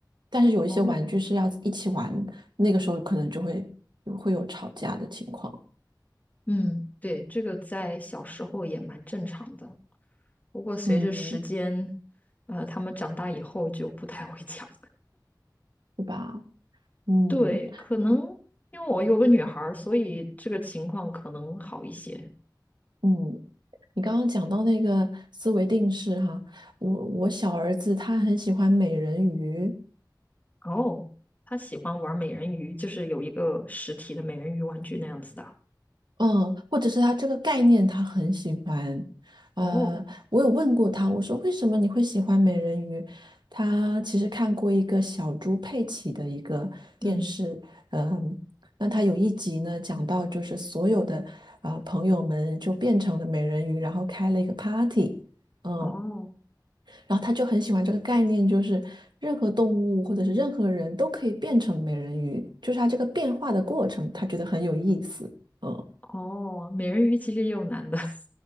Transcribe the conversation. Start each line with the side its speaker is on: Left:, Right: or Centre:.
Right: 但是有一些玩具是要一起玩，
Left: 哦，
Right: 那个时候可能就会会有吵架的情况，
Left: 嗯，对，这个在小时候也蛮正常的，不过随着时间，
Right: 嗯，
Left: 呃，他们长大以后就不太会讲。
Right: 对吧？嗯
Left: 对，可能因为我有个女孩儿，所以这个情况可能好一些。
Right: 嗯，你刚刚讲到那个思维定式哈，我我小儿子他很喜欢美人鱼。
Left: 哦，她喜欢玩美人鱼，就是有一个实体的美人鱼玩具那样子的。
Right: 嗯，或者是他这个概念他很喜欢，呃，
Left: 哦，
Right: 我有问过他，我说为什么你会喜欢美人鱼？他其实看过一个小猪佩奇的一个电视，
Left: 嗯，
Right: 嗯，那他有一集呢讲到就是所有的呃朋友们就变成了美人鱼，然后开了一个 party，嗯，
Left: 哦，
Right: 然后他就很喜欢这个概念，就是任何动物或者是任何人都可以变成美人鱼，就是他这个变化的过程，他觉得很有意思，嗯。
Left: 哦，美人鱼其实也有男的。<laughs>